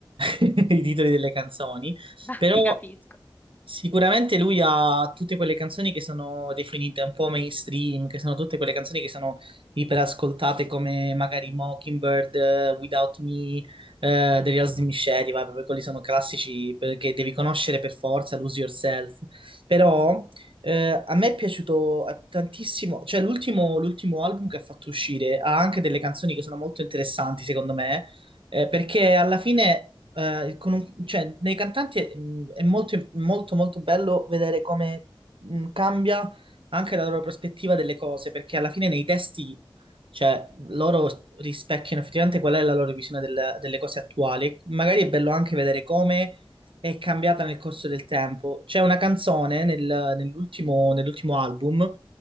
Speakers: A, on the right; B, on the left.
A: i titoli delle canzoni,
B: Ma
A: però
B: ti capisco.
A: Sicuramente lui ha tutte quelle canzoni che sono definite un po' mainstream, che sono tutte quelle canzoni che sono iperascoltate come magari Mockingbird, eh, Without Me, eh, The Real Slim Shady, vabbè, poi quelli sono classici per- che devi conoscere per forza, Lose Yourself. Però eh, a me è piaciuto eh, tantissimo, cioè l'ultimo l'ultimo album che ha fatto uscire ha anche delle canzoni che sono molto interessanti secondo me, eh, perché alla fine eh, con un- cioè, nei cantanti è, mh, è molto, molto, molto bello vedere come mh, cambia anche la loro prospettiva delle cose, perché alla fine nei testi, cioè, loro rispecchiano effettivamente qual è la loro visione del- delle cose attuali. Magari è bello anche vedere come è cambiata nel corso del tempo. C'è una canzone nel- nell'ultimo nell'ultimo album